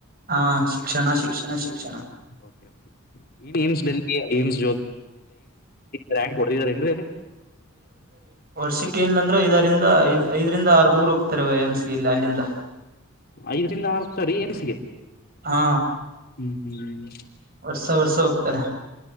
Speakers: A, on the right (about 45°); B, on the left (about 45°).
A: ಹಾ ಶಿಕ್ಷಣ ಶಿಕ್ಷಣ ಶಿಕ್ಷಣ.
B: <unintelligible>
A: ಹ್ಮ್
B: ಎಲ್ಲ ಏಮ್ಸ್ ರ್ಯಾಂಕ್ ಹೊಡದಿದ್ದಾರೆಂದ ಅಲ್ಲಿ.
A: ವರ್ಷಕ್ಕ ಏನಿಲ್ಲ ಅಂದ್ರೆ ಐದರಿಂದ ಐದು ಐದರಿಂದ ಆರು ಹುಡುಗೋರ ಹೋಗ್ತಾರ ಎಮ್ಸ್ಗೆ ಇಲ್ಲಿ ಅಲ್ಲಿಂದ.
B: ಐದರಿಂದ ಆರ ಹೋಗ್ತಾರಿ ಸರಿ ಎನ್ಸಿಗೆ
A: ಹಾ
B: ಹ್ಮ್ ಹ್ಮ್ ಹ್ಮ್.
A: ವರ್ಷ ವರ್ಷ ಹೊಗ್ತಾರ.